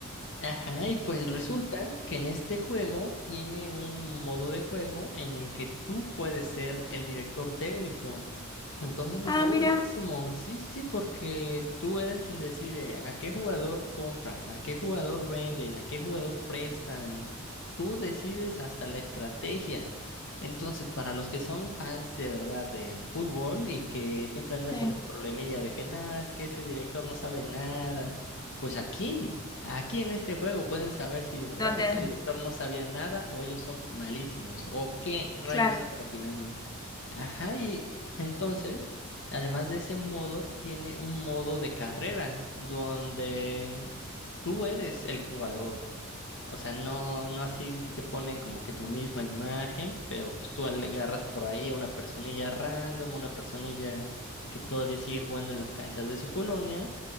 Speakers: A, on the left; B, on the left.
A: Ajá, y pues resulta que en este juego tiene un modo de juego en el que tú puedes ser el director técnico. Entonces está
B: Ah,
A: buenísimo,
B: mira,
A: sí, sí, sí, porque tú eres quien decide a qué jugador compran, a qué jugador venden, a qué jugador prestan. Tú decides hasta la estrategia. Entonces, para los que son fans de verdad del fútbol y que siempre andan
B: sí.
A: con ese problemilla de que nada, es que ese director no sabe nada, pues aquí. Aquí en este juego pueden saber si de verdad
B: Donde,
A: ese director no sabía nada o ellos son malísimos o qué rayos
B: claro,
A: están opinando. Ajá, y entonces, además de ese modo, tiene un modo de carrera donde tú eres el jugador. O sea, no, no así te ponen como que tu misma imagen, pero pues tú agarras por ahí a una personilla random, una personilla que todavía sigue jugando en las canchas de su colonia